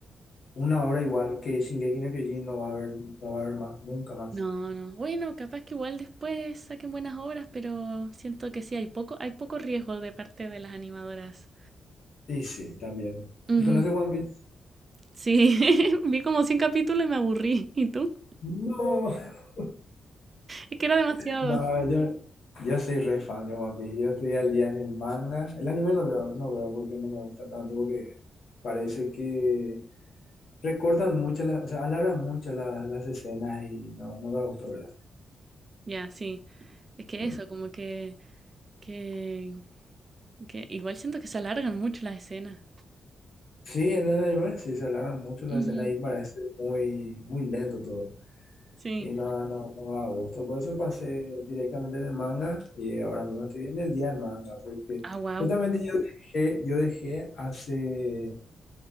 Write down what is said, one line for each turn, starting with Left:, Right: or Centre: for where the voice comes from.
Left: Una obra igual que Shingeki no Kyojin no va a haber. No va a haber más. Nunca más.
Right: No, no. Bueno, capaz que igual después saquen buenas obras, pero siento que sí, hay poco, hay poco riesgo de parte de las animadoras.
Left: Y sí, también.
Right: Ujú.
Left: ¿Y conoces One Piece?
Right: Sí, <laughs> vi como 100 capítulos y me aburrí. ¿Y tú?
Left: No. <laughs>
Right: Es que era demasiado.
Left: No, yo, yo soy re fan de One Piece. Yo estoy al día en el manga. El anime no lo no veo porque no me gusta tanto. Porque parece que Recortan mucho, la- o sea, alargan mucho la- las escenas y no, no me gustó, ¿verdad?
Right: Ya, sí. Es que
Left: Mm.
Right: eso, como que, que, que igual siento que se alargan mucho las escenas.
Left: Sí, en el anime sí se alargan mucho las
Right: Ujú,
Left: escenas y parece muy, muy lento todo.
Right: sí.
Left: Y no, no, no da gusto. Por eso pasé directamente en el manga y ahora mismo estoy en el día del manga, porque
Right: Ah, wow
Left: justamente yo dejé, yo dejé hace